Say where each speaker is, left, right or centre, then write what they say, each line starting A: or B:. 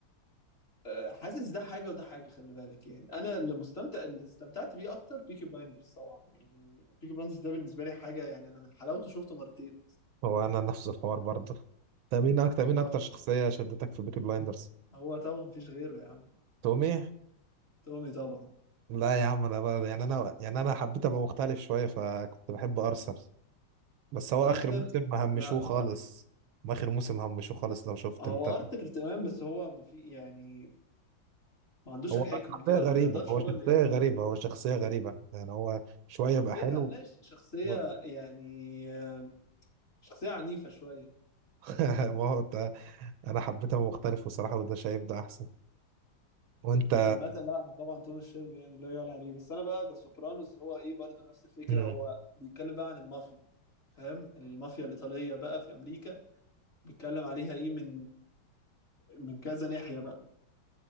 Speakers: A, on the left (about 30°); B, on the right (about 80°).
A: آه، حاسس ده حاجه وده حاجه خلي بالك يعني انا اللي مستمتع اللي استمتعت بيه اكتر بيكي بلايندرز طبعا يعني بيكي بلايندرز ده بالنسبه لي حاجه يعني انا من حلاوته شفته مرتين
B: هو انا نفس الحوار برضه انت مين اكتر مين
A: اه
B: اكتر شخصية
A: بصراحة.
B: شدتك في بيكي بلايندرز
A: هو طبعا مفيش غيره يا عم
B: تومي
A: تومي طبعا
B: لا يا عم انا بقى يعني انا يعني انا حبيت ابقى مختلف شويه فكنت بحب ارسنال بس هو اخر
A: ارثر
B: موسم همشوه
A: لا
B: خالص ما اخر موسم همشوه خالص لو شفت
A: هو
B: انت
A: ارثر تمام بس هو ما في يعني ما عندوش
B: هو
A: الحكمه
B: شخصيه
A: كده
B: غريبه
A: ما يقدرش
B: هو
A: هو
B: شخصيه
A: اللي يقود
B: غريبه هو شخصيه غريبه يعني هو شويه
A: شخصيه
B: بقى حلو
A: ماشي شخصيه
B: و-
A: يعني آه، شخصية عنيفة شوية
B: <laughs> ما هو ده انا حبيت ابقى مختلف بصراحه وده شايف ده احسن وانت
A: عامة لا أنا طبعا توماس شيلبي يعني لا يعلى عليه بس أنا بقى ذا سوبرانوز هو إيه برضه نفس الفكرة
B: مم.
A: هو بيتكلم بقى عن المافيا فاهم المافيا الإيطالية بقى في أمريكا بيتكلم عليها إيه من من كذا ناحية بقى